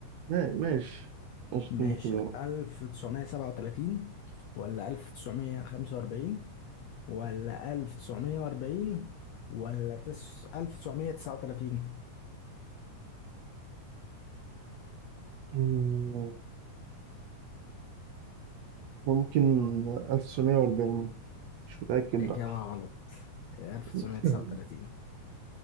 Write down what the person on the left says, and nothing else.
ماشي
1937 ولا 1945 ولا 1940 ولا تس... 1939
إجابة
غلط 1939